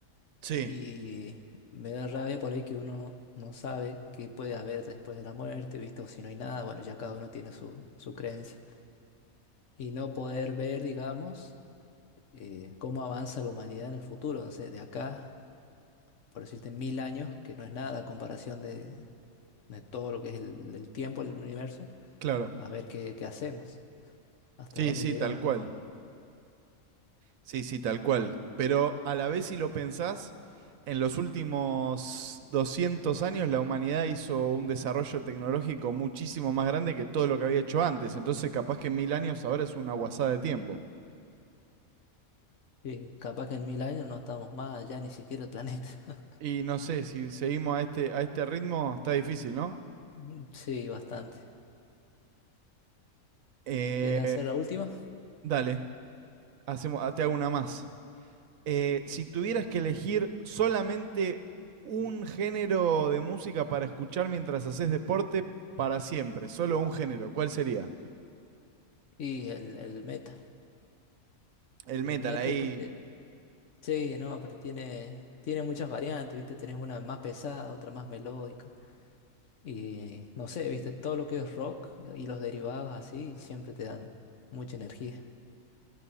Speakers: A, on the right (about 70°); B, on the left (about 60°).
A: Sí,
B: Y me da rabia por ahí que uno no sabe qué puede haber después de la muerte, ¿viste? O si no hay nada, bueno, ya cada uno tiene su, su creencia. Y no poder ver, digamos, eh, cómo avanza la humanidad en el futuro, no sé, de acá, por decirte, mil años, que no es nada a comparación de, de todo lo que es el, el tiempo, el universo,
A: claro.
B: a ver qué, qué hacemos, hasta
A: Sí,
B: dónde
A: sí,
B: llegamos.
A: tal cual. Sí, sí, tal cual. Pero a la vez, si lo pensás, en los últimos 200 años la humanidad hizo un desarrollo tecnológico muchísimo más grande que todo lo que había hecho antes. Entonces, capaz que en mil años ahora es una guasada de tiempo.
B: Sí, capaz que en mil años no estamos más allá ni siquiera el planeta.
A: Y no sé, si seguimos a este, a este ritmo, está difícil, ¿no?
B: Mm, Sí, bastante.
A: Eh,
B: ¿Quieres hacer la última?
A: dale, hacemos, ah, te hago una más. Eh, si tuvieras que elegir solamente un género de música para escuchar mientras haces deporte para siempre, solo un género, ¿cuál sería?
B: Y el, el metal.
A: El metal
B: El metal
A: ahí.
B: porque... Sí, no, pero tiene, tiene muchas variantes, ¿viste? Tenés una más pesada, otra más melódica. Y no sé, ¿viste? Todo lo que es rock y los derivados así siempre te dan mucha energía.